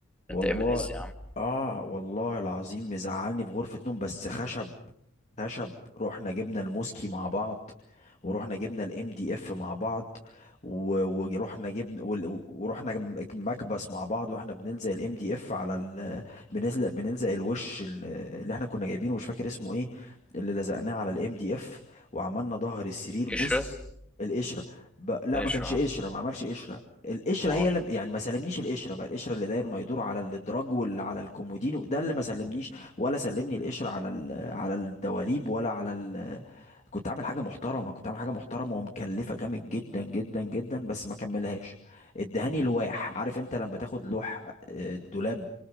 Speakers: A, on the left; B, in the centre.
A: والله
B: انت ايمن عز يا عم
A: اه والله العظيم مزعلني في غرفة نوم بس خشب خشب رحنا جبنا الموسكي مع بعض ورحنا جبنا الام دي اف مع بعض و- ورحنا جبنا وال- ورحنا جم- مكبس مع بعض واحنا بنلزق الام دي اف على ال... بنلزق بنلزق الوش ال- اللي احنا كنا جايبينه مش فاكر اسمه ايه اللي لزقناه على الام دي اف وعملنا ظهر السرير
B: القشره
A: بص القشرة ب... لا
B: القشره
A: ما كانش
B: آه.
A: قشرة ما عملش قشرة القشره
B: مال
A: هي اللي يعني ما سلمنيش القشره بقى القشره اللي داير ما يدور على الادراج واللي على الكومودينو ده اللي ما سلمنيش ولا سلمني القشره على ال... على الدواليب ولا على ال... كنت عامل حاجه محترمه كنت عامل حاجه محترمه ومكلفه جامد جدا جدا جدا بس ما كملهاش ادهاني
B: مم.
A: لواح عارف انت لما تاخد لوح آه، دولاب